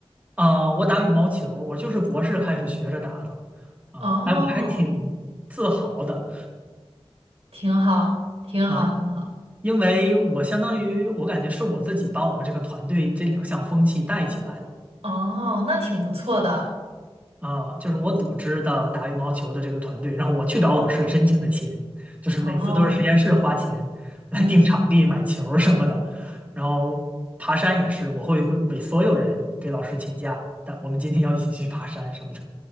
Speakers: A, on the right (about 15°); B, on the right (about 85°).
A: 啊、我打羽毛球我就是博士开始学着打的。啊、
B: 哦，
A: 哎，我还挺自豪的
B: 挺好，挺好，
A: 啊、
B: 挺好。
A: 因为我相当于我感觉是我自己把我们这个团队这两项风气带起来了
B: 哦，那挺不错的。
A: 啊、就是我组织的打羽毛球的这个团队，然后我去找老师申请的钱，就是每次都是实验室花钱来定场地、
B: 哦，嗯。
A: 买球儿什么的，然后爬山也是，我会为所有人给老师请假，但我们今天要一起去爬山什么的。